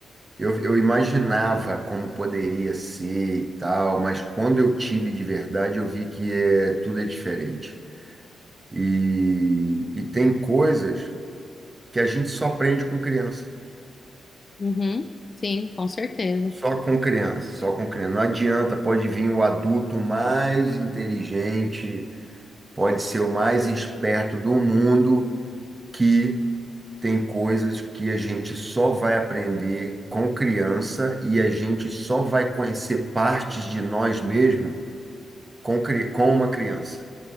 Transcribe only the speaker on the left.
Uhum, sim, com certeza.